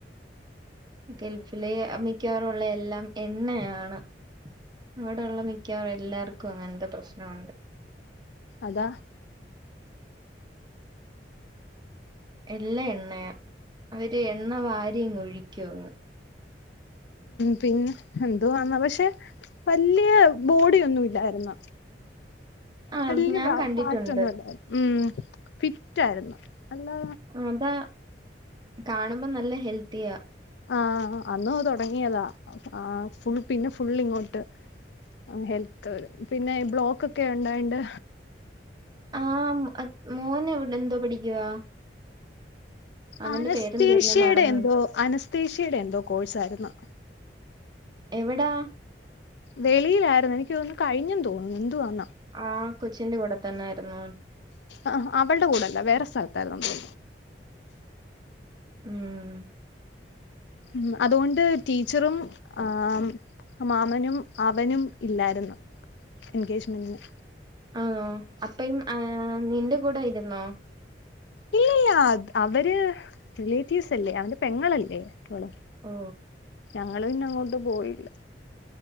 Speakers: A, on the right; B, on the left.
A: ഗൾഫില് മിക്കവാറുള്ള എല്ലാം എണ്ണയാണ് അവിടെ ഉള്ള മിക്കവാ <unintelligible> എല്ലാവർക്കും അങ്ങനെത്തെ പ്രശ്നഉണ്ട്
B: അതാ
A: എല്ലാ എണ്ണയാ അവര് എണ്ണ വാരി ഒഴിക്കും
B: പിന്നെ എന്തോ എന്ന പക്ഷെ വല്യയ ബോഡിയൊന്നുല്ലായിരുന്നു.
A: ആഹ്
B: വല്യയ
A: ഞാൻ
B: വ
A: കണ്ടിട്ടുണ്ട്
B: ഫാറ്റന്നലായി ഫിറ്റ് ആയിരുന്നു അല്ലാ
A: അതാ കാണുമ്പോ നല്ല ഹെൽത്തിയ
B: ആഹ് അന്നോ തുടങ്ങിയതാ ആഹ് ഫുൾ പിന്നെ ഫുൾ ഇങ്ങോട്ട് ഹെൽത്ത് വരും പിന്നെഈ ബ്ലോക്ക്ക്കെ ഉണ്ടായിണ്ട്
A: ആഹ് മോൻ <unintelligible> എന്തോ പഠിക്കുവാ അവന്റെ
B: അനസ്തേഷ്യടെ
A: പേരെന്തോരുന്നു മറന്ന്
B: എന്തോ അനസ്തേ ഷ്യയുടെ എന്തോ കോഴ്സ് ആയിരുന്നു
A: എവടാ
B: വെളിലായിരുന്നു എനിക്ക്തൊന്ന് കഴിഞ്ഞെന്ന് തോന്നുന്നു എന്തു വാന്ന
A: ആഹ് കൊച്ചിന്റെ കൂടെ തന്നൊയിരുന്നു
B: ആഹ് അവള്ടെ കൂടെ അല്ല വേറെ സ്ഥലത്തായിരുന്നു നമ്മെ
A: ഉം
B: ഉം അതുകൊണ്ട് ടീച്ചറും ആഹ് ഉം മാമനും അവനും ഇല്ലായിരുന്നു എഗേജ്മെന്റിന്
A: ആണോ അപ്പം ഏ നിന്റെ കൂടെ ആയിരുന്നോ
B: ഇല്ലല്ല അവര് റിലേറ്റീവ്സ് അല്ലേ അവന്റെ പെങ്ങളല്ലേ അവള്
A: ഓ
B: ഞങ്ങള് പിന്നെ അങ്ങോട്ട് പോയില്ല